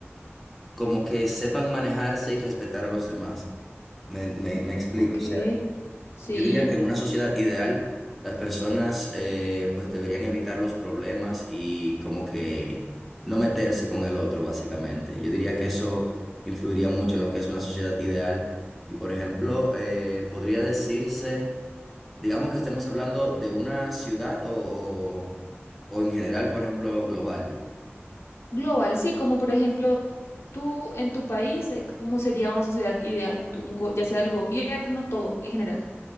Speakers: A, in the centre; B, on the left.
A: como que sepan manejarse y respetar a los demás. Me, me- me explico.
B: ok,
A: O sea,
B: sí.
A: yo diría que en una sociedad ideal, las personas eh, pues deberían evitar los problemas y como que no meterse con el otro, básicamente. Yo diría que eso influiría mucho en lo que es una sociedad ideal. Y por ejemplo, eh, podría decirse, digamos que estemos hablando de una ciudad o, o o en general, por ejemplo, global.
B: Global, sí, como por ejemplo... Tú, en tu país, eh, ¿cómo sería una sociedad ideal? En tu- un go- ya sea el gobierno, todo, en general.